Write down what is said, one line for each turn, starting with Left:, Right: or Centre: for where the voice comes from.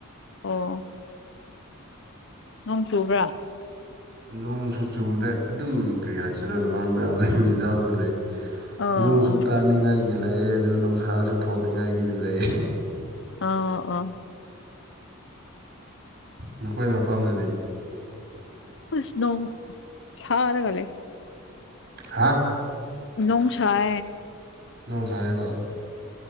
Left: ꯑꯣ ꯅꯣꯡ ꯆꯨꯕ꯭ꯔꯥ
Right: ꯅꯣꯡꯁꯨ ꯆꯨꯕꯗ ꯑꯗꯨꯝ ꯀꯔꯤ ꯍꯥꯏꯁꯤꯗ ꯅꯣꯔꯃꯦꯜꯗ ꯃꯤꯗꯥꯗ ꯂꯩ
Left: ꯑꯣ
Right: ꯅꯨꯡꯁꯨ
Left: ꯑꯣ
Right: ꯇꯥꯅꯤꯡꯉꯥꯏꯒꯤ ꯂꯩꯑ ꯑꯗꯨꯒ ꯅꯨꯡꯁꯥꯁꯨ ꯊꯅꯤꯡꯉꯥꯏꯒꯤꯗꯤ ꯂꯩ
Left: ꯑ ꯑꯣ
Right: ꯅꯈꯣꯏ ꯃꯐꯝꯗꯗꯤ
Left: ꯁꯅꯣ ꯁꯔꯥꯒꯂꯦ
Right: ꯍꯥ
Left: ꯏꯣ ꯁꯥꯑ
Right: ꯅꯣꯡ ꯁꯥꯔꯤꯕ